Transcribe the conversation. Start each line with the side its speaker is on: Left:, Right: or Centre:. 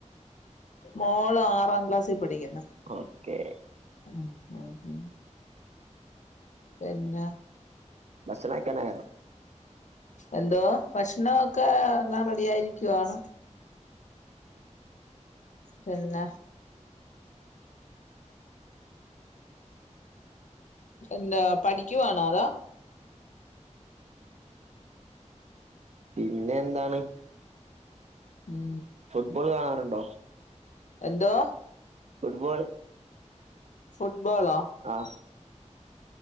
Left: മോള് ആറാം ക്ലാസ്സിൽ പഠിക്ക്ന്ന്.
Right: ഓക്കേ.
Left: ഉം ഉം ഉം. പിന്നെ.
Right: ഭക്ഷണം കഴിക്കാനായോ
Left: എന്തോ ഭക്ഷണൊക്കെ എല്ലാം റെഡി ആയിരിക്കുവാണ്. പിന്നെ എന്താ പഠിക്കുവവാണോ അതോ
Right: പിന്നെ എന്താണ്
Left: ഉം
Right: ഫുട്ബോൾ കാണാറുണ്ടോ
Left: എന്തോ
Right: ഫുട്ബോള്
Left: ഫുട്ബോളോ
Right: ആഹ്